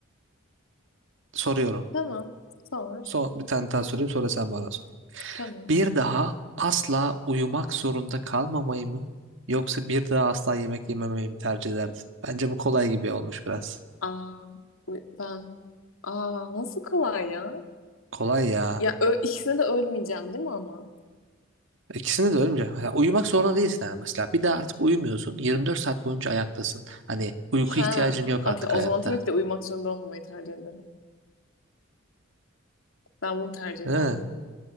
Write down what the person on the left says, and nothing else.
Tamam. Sor.
Tamam.
Aa, ben Aa, nasıl kolay ya?
Ya ö ikisine de ölmeyeceğim değil mi ama?
Ha,
okey.
O
zaman tabii ki de uyumak zorunda olmamayı tercih ederim. Ben bunu tercih
ederdim.